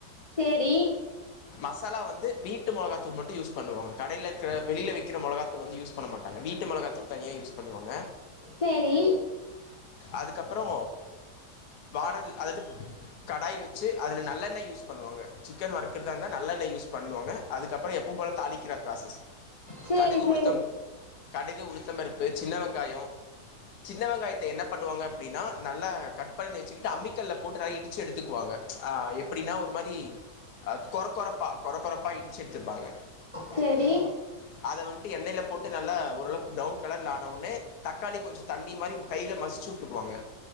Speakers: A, on the left; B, on the left.
A: சேரி
B: மசாலா வந்து வீட்டு மொளகாத்தூள் மட்டும் யூஸ் பண்ணுவாங்க கடைல ர வெளியில விக்கிற மொளகாதூள் வந்து யூஸ் பண்ண மாட் பல வி ட்டு மொளகாதூள் தனியா யூஸ் பண்ணுவாங்க
A: சேரி
B: அதுக்கப்றோ வாடகு அது கடாய் வச்சு அதுல நல்ல யூஸ் பண்ணுவாங்க சிக்கன் வருக்கறத இருந்தா நல்லெண்ணெய் யூஸ் பண்ணுவாங்க அதுக்கப்றோ அப்றோ எப்போவும் போல தாளிக்கிற ப்ராசஸ்
A: சேரி
B: கடுகு
A: சேரி
B: உளுத்தம் கடுகு உளுத்தம் பருப்பு சின்ன வெங்காயோ சின்ன வெங்காயத்த என்ன பண்ணுவாங்க அப்பிடின்னா நல்லா கட் பண்ணி வெச்சிக்கிட்டு அம்மி கல்லுல போட்டு நல்லா இடிச்சு எடுத்துக்குவாங்க. ஆ எப்பிடினா ஒரு மாரி ஆ கொரகொரப்பா கொரகொரப்பா இடிச்சு எடுத்துப்பாங்க.
A: சேரி
B: அத வந்ட்டு எண்ணைல போட்டு நல்லா ஓரளவுக்கு பிரவுன் கலர்ல ஆன உட்னே தக்காளி கொஞ்சோ தண்ணி மாரி கைல மசி ச்சு விட்டுக்குவாங்க